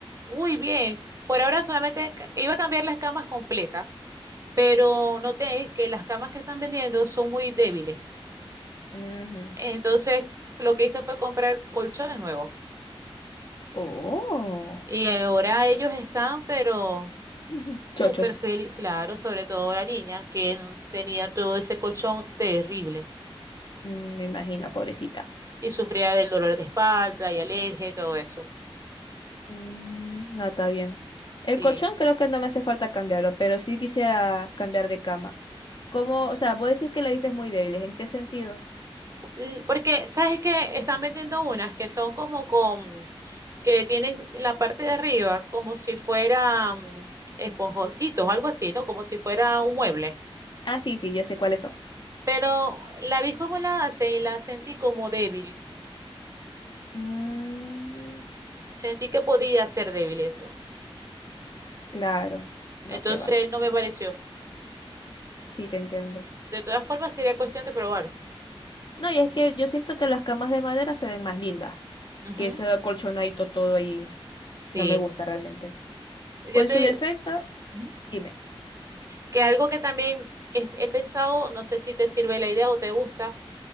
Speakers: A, on the right; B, on the left.
A: Muy bien. Por ahora solamente ca- iba a cambiar las camas completas, pero noté que las camas que están vendiendo son muy débiles.
B: Ujú.
A: Entonces, lo que hice fue comprar colchones nuevos.
B: Oh.
A: Y ahora ellos están, pero
B: <clears throat>
A: súper
B: <laughs> Chochos.
A: feliz, claro, sobre todo la niña, que n- tenía todo ese colchón terrible
B: Mm, Me imagino, pobrecita.
A: y sufría del dolor de espalda y alergia y todo eso.
B: Mm, no, está bien.
A: Sí.
B: El colchón creo que no me hace falta cambiarlo, pero sí quisiera cambiar de cama. ¿Cómo? O sea, vos decís que la vista es muy débil. ¿En qué sentido?
A: L- Porque, ¿sabes qué? Están vendiendo unas que son como con, que tienen la parte de arriba como si fueran esponjositos o algo así, ¿no? Como si fuera un mueble.
B: Ah, sí, sí, yo sé cuáles son.
A: Pero la vi como la hace y la sentí como débil.
B: Mm,
A: Sentí que podía ser débil eso.
B: claro. No,
A: Entonces
B: que va.
A: no me pareció.
B: Sí, te entiendo.
A: De todas formas, sería cuestión de probar.
B: No, y es que yo siento que las camas de madera se ven más lindas
A: Ujú,
B: que ese colchonadito todo ahí.
A: Sí.
B: No me gusta realmente.
A: Ya
B: O en
A: te
B: su
A: digo
B: defecto,
A: ujú,
B: dime.
A: que algo que también este, he pensado, no sé si te sirve la idea o te gusta